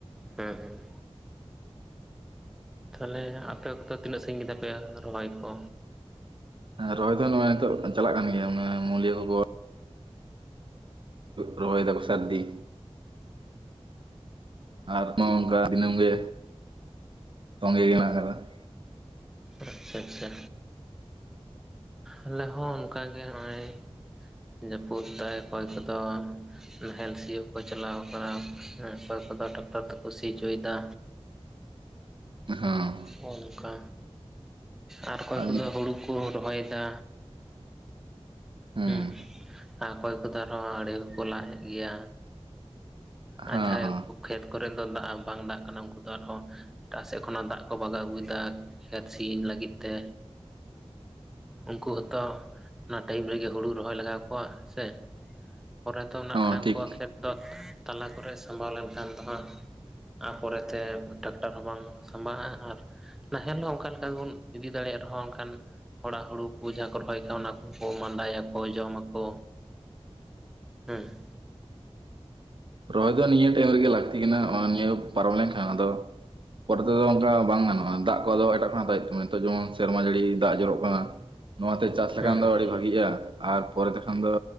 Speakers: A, in the centre; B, on the right (about 50°).
A: ᱦᱮᱸ᱾ ᱛᱟᱦᱚᱞᱮ ᱟᱯᱮ ᱠᱚᱫᱚ ᱛᱤᱱᱟᱹᱜ ᱥᱟᱺᱜᱤᱧ ᱛᱟᱯᱮᱭᱟ ᱨᱚᱦᱚᱭ ᱠᱚ?
B: ᱦᱮᱸ ᱨᱚᱦᱚᱭ ᱫᱚ ᱱᱚᱜᱼᱚᱭ ᱱᱤᱛᱚᱜ ᱪᱟᱞᱟᱜ ᱠᱟᱱ ᱜᱮᱭᱟ, ᱢᱟᱱᱮ ᱢᱩᱞᱤᱭᱟᱹ ᱠᱷᱚᱵᱚᱨ ᱨᱚᱦᱚᱭ ᱫᱟᱠᱚ ᱥᱟᱹᱨᱫᱽᱤ᱾ ᱟᱨ ᱢᱟ ᱚᱱᱠᱟ ᱫᱤᱱᱟᱢᱜᱮ ᱛᱚᱜᱮ ᱢᱮᱱᱟᱜ ᱠᱟᱫᱟ ᱾
A: ᱟᱪᱪᱷᱟᱻᱟᱪᱪᱷᱟᱻ᱾ ᱟᱞᱮ ᱦᱚᱸ ᱚᱱᱠᱟᱜᱮ ᱱᱚᱜᱼᱚᱸᱚᱭ ᱡᱟᱹᱯᱩᱫ ᱫᱟᱭ ᱚᱠᱚᱭ ᱠᱚᱫᱚ᱾ ᱱᱟᱦᱮᱞ ᱥᱤᱭᱳᱜ ᱠᱚ ᱪᱟᱞᱟᱣ ᱠᱟᱱᱟ, ᱚᱠᱚᱭ ᱠᱚᱫᱚ ᱴᱟᱠᱴᱟᱨ ᱛᱮᱠᱚ ᱥᱤ ᱪᱚᱭᱫᱟ᱾
B: ᱦᱚᱸᱻ᱾
A: ᱦᱚᱸᱜᱼ ᱱᱚᱝᱠᱟ ᱟᱨ ᱚᱠᱚᱭ
B: ᱟᱫᱚ
A: ᱠᱚᱫᱚ ᱦᱩᱲᱩ ᱠᱚ ᱨᱚᱦᱚᱭᱫᱟ᱾
B: ᱦᱮᱸ
A: ᱦᱩᱸ ᱟᱨ ᱚᱠᱚᱭ ᱠᱚᱫᱚ ᱟᱨᱦᱚᱸ ᱟᱲᱮ ᱦᱚᱸᱠᱚ ᱞᱟᱜ ᱮᱫ ᱜᱮᱭᱟ
B: ᱦᱮᱸ
A: ᱟᱨ ᱡᱟᱦᱟᱸᱭ
B: ᱦᱮᱸ
A: ᱠᱷᱮᱛ ᱠᱚᱨᱮ ᱫᱚ ᱫᱟᱜ ᱵᱟᱝ ᱫᱟᱜ ᱠᱟᱱᱟ ᱩᱱᱠᱩ ᱫᱚ ᱟᱨᱦᱚᱸ ᱮᱴᱟᱜ ᱥᱮᱫ ᱠᱷᱚᱱᱟᱜ ᱫᱟᱜ ᱠᱚ ᱵᱟᱜᱟᱣ ᱟᱹᱜᱩᱭᱮᱫᱟ ᱠᱷᱮᱛ ᱥᱤ ᱞᱟᱹᱜᱤᱫ ᱛᱮ ᱩᱱᱠᱩ ᱦᱚᱸᱛᱚ ᱚᱱᱟ ᱴᱟᱭᱤᱢ ᱨᱮᱜᱮ ᱦᱩᱲᱩ ᱨᱚᱦᱚᱭ ᱞᱟᱜᱟᱣ ᱠᱚᱣᱟ ᱥᱮ ᱯᱚᱨᱮ ᱛᱚ ᱢᱮᱱᱟᱜ
B: ᱦᱚᱸ
A: ᱠᱷᱟᱱ ᱩᱱᱠᱩᱣᱟᱜ
B: ᱴᱷᱤᱠ
A: ᱠᱷᱮᱛ ᱫᱚ ᱛᱟᱞᱟ ᱠᱚᱨᱮᱜ ᱥᱟᱢᱵᱟᱣ ᱞᱮᱱᱠᱷᱟᱱ ᱫᱚ ᱦᱟᱸᱜ ᱟᱨ ᱯᱚᱨᱮᱛᱮ ᱴᱨᱟᱠᱴᱟᱨ ᱦᱚᱸ ᱵᱟᱝ ᱥᱟᱢᱵᱟᱜ-ᱟ ᱟᱨ ᱱᱟᱦᱮᱞ ᱦᱚᱸ ᱚᱱᱠᱟ ᱞᱮᱠᱟ ᱜᱮᱵᱚᱱ ᱤᱫᱤ ᱫᱟᱲᱮᱭᱟᱜ ᱨᱮᱦᱚᱸ ᱚᱱᱠᱟᱱ ᱦᱚᱲᱟᱜ ᱦᱩᱲᱩ ᱠᱚ ᱡᱟᱸ ᱠᱚ ᱨᱚᱦᱚᱭ ᱠᱷᱟ ᱚᱱᱟ ᱠᱚᱠᱚ ᱢᱟᱸᱰᱟᱭᱟᱠᱚ ᱡᱚᱢᱟᱠᱚ ᱦᱮᱸ
B: ᱨᱚᱦᱚᱭ ᱫᱚ ᱱᱤᱭᱟᱹ ᱴᱟᱭᱤᱢ ᱨᱮᱜᱮ ᱞᱟᱹᱠᱛᱤ ᱠᱟᱱᱟ ᱱᱤᱭᱟᱹ ᱯᱟᱨᱚᱢ ᱞᱮᱱᱠᱷᱟᱱ ᱟᱫᱚ ᱯᱚᱨᱮ ᱛᱮᱫᱚ ᱚᱱᱠᱟ ᱵᱟᱝ ᱜᱟᱱᱚᱜ-ᱟ ᱫᱟᱜ ᱠᱚᱫᱚ ᱮᱴᱟᱜ ᱠᱷᱚᱱᱟᱜ ᱦᱟᱛᱟᱣ ᱦᱩᱭᱩᱜ ᱠᱟᱱᱟ ᱱᱤᱛᱚᱜ ᱡᱮᱢᱚᱱ ᱥᱮᱨᱢᱟ ᱡᱟᱹᱲᱤ ᱫᱟᱜ ᱡᱚᱨᱚᱜ ᱠᱟᱱᱟ <unintelligible> ᱱᱚᱣᱟᱛᱮ ᱪᱟᱥ ᱞᱮᱠᱷᱟᱱ
A: ᱦᱮᱸ
B: ᱫᱚ ᱟᱹᱰᱤ ᱵᱷᱟᱹᱜᱤᱜ-ᱟ ᱟᱨ ᱯᱚᱨᱮ ᱛᱮ ᱠᱷᱟᱱ ᱫᱚ